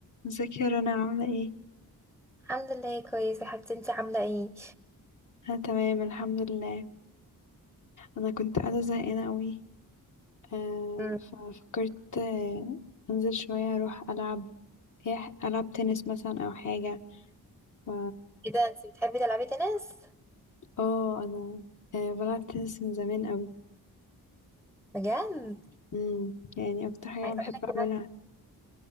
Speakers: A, on the left; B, in the centre.
A: ازيك يا رنا عاملة ايه؟
B: الحمد لله كويسة يا حبيبتي انتي عاملة ايه؟
A: انا تمام الحمد لله انا كنت قاعدة زهقانة قوي آه
B: مم.
A: ففكرت آه انزل شوية اروح العب إيه، العب تنس مثلا او حاجة ف...
B: ايه ده انتي بتحبي تلعبي تنس؟
A: اه انا آه بلعب تنس من زمان قوي
B: بجد؟
A: امم يعني اكتر حاجة
B: عايزة
A: انا بحب
B: اقولك
A: اعملها
B: ان انا